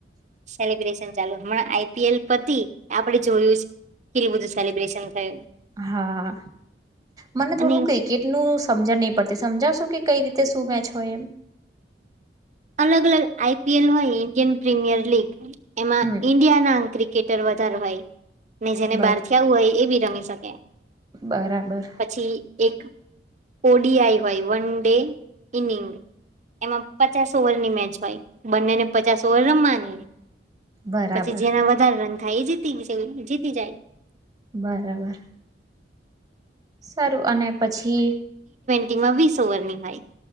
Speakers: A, on the right; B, on the right.
A: સેલિબ્રેશન ચાલુ હમણાં આઈપીએલ પતિ આપડી જોયું કેટલું બધું સેલિબ્રેશન થયું
B: હા મને થોડું
A: અને
B: ક્રિકેટ નું સમજણ નહી પરથી સમજાવશું કે કઈ રીતે શું મેચ હોય એમ
A: અલગ અલગ આઈપીએલ હોય ઇન્ડિયન પ્રીમિયર લીગ એમાં
B: હમ
A: ઈન્ડિયા ના ક્રિક કેટર વધારે હોય ને જેને
B: બર
A: બહાર થી આવું હોય એ બી રમી શકે
B: બરાબર
A: પછી એક કોડી આઈ હોય વન ડે ઇનિંગ એમાં પચાસ ઓવર ની મેચ હોય બંને ને પચાસ ઓવર રમવાની
B: બરાબર
A: પછી જેના વધારે રંગ થાય એ જીતી છે જીતી જાય.
B: બરાબર સારું અને પછી
A: તેમાં વીસ ઓવર ની હોય.